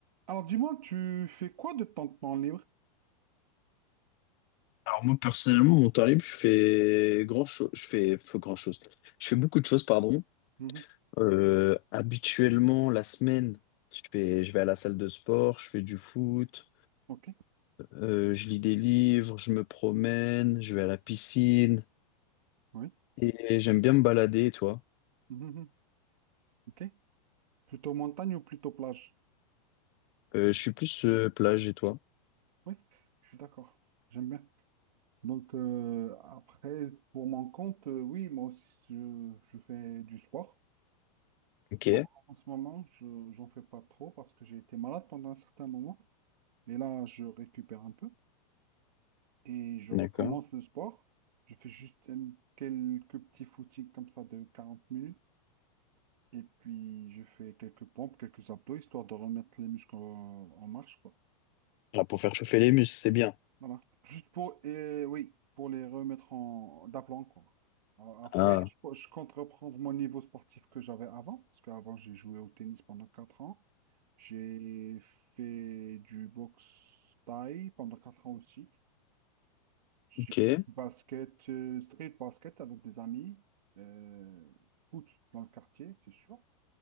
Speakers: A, on the right (about 80°); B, on the left (about 35°).
A: Alors dis-moi, tu fais quoi de ton temps libre?
B: Alors moi personnellement, mon temps libre, je fais grand chose, je fais grand chose. Je fais beaucoup de choses, pardon.
A: Mhm,
B: Euh, habituellement, la semaine, je fais, je vais à la salle de sport, je fais du foot,
A: Ok,
B: euh, je lis des livres, je me promène, je vais à la piscine
A: oui.
B: et j'aime bien me balader. Et toi?
A: Mhm, mhm. Ok. Plutôt montagne ou plutôt plage?
B: Euh, je suis plus euh, plage et toi?
A: Oui, je suis d'accord. J'aime bien. Donc euh, après, pour mon compte, euh, oui, moi aussi, je, je fais du sport.
B: Ok,
A: Bon, en ce moment, je, j'en fais pas trop parce que j'ai été malade pendant un certain moment. Et là, je récupère un peu et je
B: d'accord.
A: recommence le sport. Je fais juste euh, quelques petits footings comme ça de 40 minutes. Et puis, je fais quelques pompes, quelques abdos, histoire de remettre les muscles en, en marche, quoi.
B: Là pour faire chauffer les muscles, c'est bien.
A: Voilà. Juste pour, et oui, pour les remettre en d'aplomb, quoi. A- Après,
B: Ah,
A: je, je compte reprendre mon niveau sportif que j'avais avant, parce qu'avant, j'ai joué au tennis pendant 4 ans. J'ai fait du boxe thaï pendant 4 ans aussi. J'ai
B: ok.
A: fait du basket, euh, street basket avec des amis. Euh, foot dans le quartier, c'est sûr.